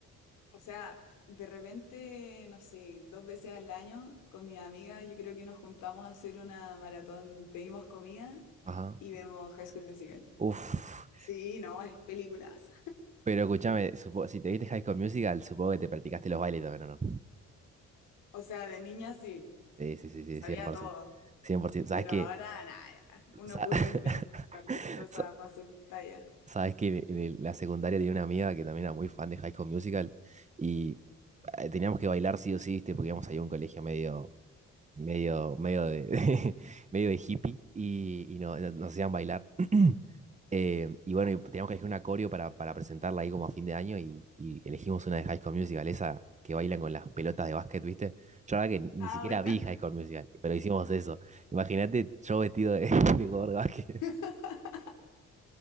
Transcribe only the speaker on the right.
Ajá.
Uf,
pero escúchame, supo- si te viste High School Musical, supongo que te practicaste los bailes también, ¿o no?
Sí, sí, sí, sí,
100%.
100%. ¿Sabes
qué?
Sa-
<laughs>
sa-
¿Sabes que en el- la secundaria tenía una amiga que también era muy fan de High School Musical y eh, teníamos que bailar sí o sí, ¿viste? Porque íbamos ahí a un colegio medio, medio, medio de, <laughs> medio de hippie y, y no- no- nos hacían bailar. <clears throat> Eh, y bueno, y teníamos que elegir una coreo para, para presentarla ahí como a fin de año y, y elegimos una de High School Musical, esa que bailan con las pelotas de básquet, ¿viste? Yo la verdad que ni ni
siquiera vi High School Musical, pero hicimos eso. Imagínate yo vestido de, <laughs> de jugador de básquet.